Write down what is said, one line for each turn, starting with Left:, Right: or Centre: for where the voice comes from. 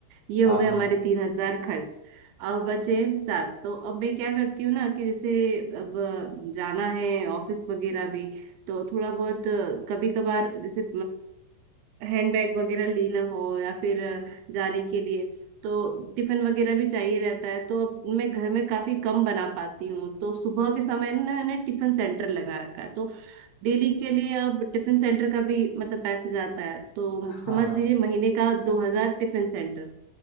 Right: ये हो
Left: हाँ
Right: गए
Left: हाँ
Right: हमारे तीन हजार खर्च अब बचे सात तो अब मैं क्या करती हूँ ना कि जैसे अब अ, जाना है ऑफिस वगैरह भी तो थोड़ा बहुत कभी कभार जैसे हैंडबैग वगैरह लेना हो या फिर अ, जाने के लिए तो टिफिन वगैरह भी चाहिए रहता है तो अब मैं घर में काफी कम बना पाती हूँ तो सुबह के समय ना मैंने टिफिन सेंटर लगा रखा है तो डेली के लिए अब टिफिन सेंटर का भी मतलब पैसे जाता है तो
Left: हाँ
Right: समझ लीजिए महीने का दो हजार टिफिन सेंटर